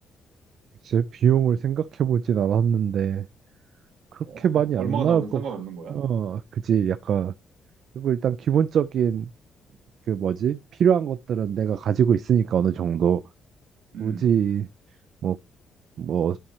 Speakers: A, on the right (about 70°); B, on the right (about 85°).
A: 글쎄, 비용을 생각해보진 않았는데, 그렇게
B: 어, <laughs>
A: 많이
B: 얼마가
A: 안 나올
B: 나오든
A: 것
B: 상관없는
A: 같,
B: 거야?
A: 어, 그지, 약간. 그리고 일단 기본적인, 그 뭐지, 필요한 것들은 내가 가지고 있으니까 어느 정도.
B: 음.
A: 굳이, 뭐, 뭐,